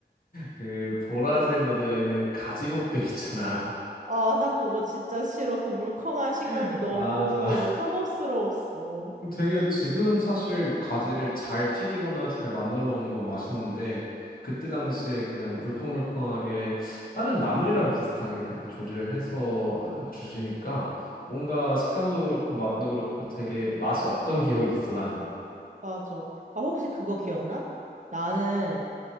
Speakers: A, on the left (about 55°); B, on the right (about 45°).
A: 그 보라색으로 되어 있는 가지볶음 있잖아.
B: 아, 나 그거 진짜 싫어. 그 물컹한 식감이
A: <laughs>
B: 너무
A: 맞아.
B: 혐오스러웠어.
A: 되게 지금 사실 가지를 잘 튀기거나 잘 만들어 먹는 건 맛있는데 그때 당시에 그냥 물컹물컹하게 다른 나물이랑 비슷하게 그렇게 조리를 해서 주시니까 뭔가 식감도 그렇고 맛도 그렇고 되게 맛이 없던 기억이 있어 나는.
B: 맞아. 아, 혹시 그거 기억나? 나는